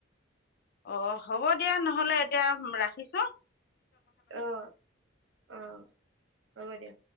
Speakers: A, on the left; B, on the right.
A: অ হব দিয়া নহলে এতিয়া ৰাখিছো।
B: আহ আহ হ'ব দিয়া।